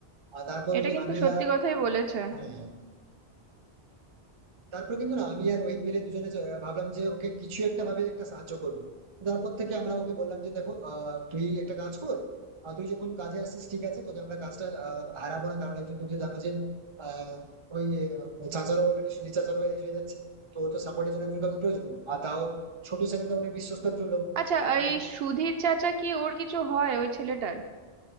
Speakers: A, on the right; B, on the right.
A: আর তারপর
B: এটা
A: ওই
B: কিন্তু
A: আমি
B: সত্যি
A: আর
B: কথাই বলেছে
A: হ্যাঁ তারপর কিন্তু না আমি আর রোহিত মিলে দুজনে চ- ভাবলাম যে ওকে কিছু একটা ভাবে একটা সাহায্য করবো তারপর থেকে আমরা ওকে বললাম যে দেখো আহ, তুই একটা কাজ কর আর তুই যখন কাজে আসছিস ঠিক আছে তোকে আমরা কাজটা আহ, হারাবো না কারণ একজন তুমি তো জানো যে আহ, ওই আহ, চাচারও অলরেডি সুধীর চাচারও এজ হয়ে যাচ্ছে তো ওর তো সাপোর্টের জন্য একজন কাউকে প্রয়োজন আর তাও ছোট সেখানে অনেক বিশ্বস্তর জন্য
B: আচ্ছা
A: তো
B: এই
A: বললাম,
B: সুধীর চাচা কি ওর কিছু হয় ওই ছেলেটার